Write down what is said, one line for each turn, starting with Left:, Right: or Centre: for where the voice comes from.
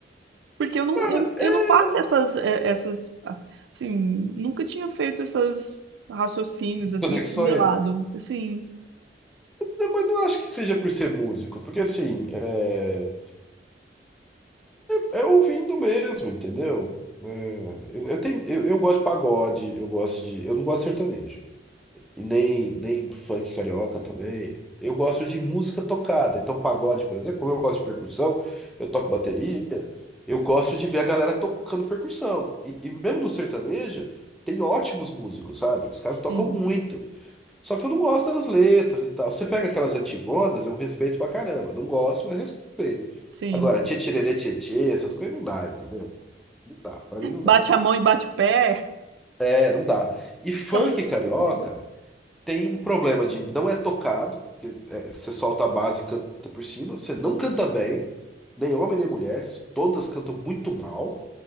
Right: Porque eu não,
Centre: Cara,
Right: eu, não- eu
Centre: é
Right: não faço essas, eh, essas, assim, nunca tinha feito essas raciocínios assim,
Centre: conexões.
Right: assimilado. Assim.
Centre: Não, mas não acho que seja por ser músico, porque assim, é, é ouvindo mesmo, entendeu? É, eu, eu tenho, eu, eu gosto de pagode, eu gosto de. Eu não gosto de sertanejo. E nem, nem funk carioca também. Eu gosto de música tocada. Então, pagode, por exemplo, como eu gosto de percussão, eu toco bateria, eu gosto de ver a galera tocando percussão. E, e mesmo do sertanejo, tem ótimos músicos, sabe? Os caras tocam
Right: Sim,
Centre: muito.
Right: sim.
Centre: Só que eu não gosto das letras e tal. Você pega aquelas antigonas, eu respeito pra caramba. Não gosto, mas respeito.
Right: sim.
Centre: Agora, tchê tchê tchê tchê, essas coisas não dá, entendeu? Não dá, pra mim não
Right: Bate
Centre: dá.
Right: a mão e bate o pé.
Centre: É, não dá. E funk
Right: É muito sentido.
Centre: carioca tem um problema de não é tocado, que é, você solta a base e canta por cima, você não canta bem, nem homem nem mulher, todas cantam muito mal.